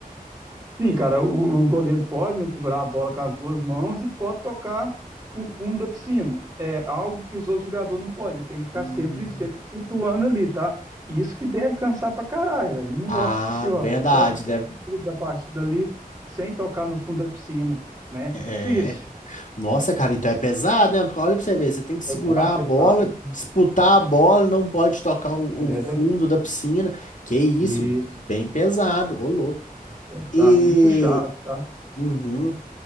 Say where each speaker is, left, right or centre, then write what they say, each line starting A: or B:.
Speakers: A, on the right; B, on the left.
A: Sim, cara, o, o goleiro pode, né, segurar a bola com as duas mãos e pode tocar o fundo da piscina. É algo que os outros jogadores não podem. Eles têm que ficar
B: Hum,
A: sempre, sempre flutuando ali, tá? E isso que deve cansar pra caralho, velho. Nossa
B: Ah,
A: senhora,
B: verdade,
A: ficar o tempo
B: deve.
A: todo da partida ali sem tocar no fundo da piscina, né?
B: é.
A: É difícil.
B: Nossa, cara, então é pesado, né? Porque Olha pra você ver, você tem que
A: Pesado,
B: segurar a
A: pesado.
B: bola, disputar a bola, não pode tocar o,
A: É,
B: o fundo da piscina. Que isso,
A: isso,
B: bem pesado, ô louco.
A: pesado,
B: E,
A: muito puxado, tá?
B: uhum.